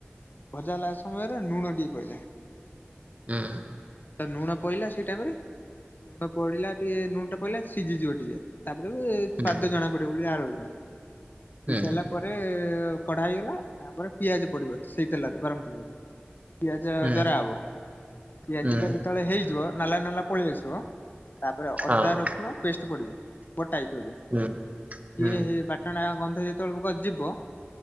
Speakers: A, on the left; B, on the right.
A: ଭଜା ଲାଗା ସମୟରେ ଲୁଣ ଟଏ ପଡିଲା
B: ହୁଁ
A: ତା ଲୁଣ ପଇଲା ସେଇ ଟାଇମ ରେ। ପଡିଲା ଟିକେ ଲୁଣ ଟା ପଡିଲା ସିଝିଯିବ ଟିକେ ତାପରେ ବି ସ୍ଵାଦ
B: ହୁଁ
A: ଜଣା ପଡିବ ବୋଲି ଆ ସିଝିସାରିଲା
B: ହୁଁ
A: ପରେ କଢା ହେଇଗଲା ତାପରେ ପିଆଜ ପଡିବ ସେଇ ତେଲରେ ଗରମ ତେଲରେ। ପିଆଜ
B: ହୁଁ
A: ଜରା ହବ ପିଆଜ
B: ହୁଁ
A: ଟା ଯେତେବେଳେ ହେଇଯିବ ନାଲା ନାଲା ପଳେଇ ଆସିବ ତାପରେ
B: ହଁ
A: ଅଦା ରସୁଣ ପେଷ୍ଟ ପଡ଼ିବ। ବଟା ହେଇଥିବ ଯୋଉ। ସିଏ
B: ହୁଁ ହୁଁ
A: ହେ ବାଟଣ ଗନ୍ଧ ଯେତେବେଳକୁ ଯିବ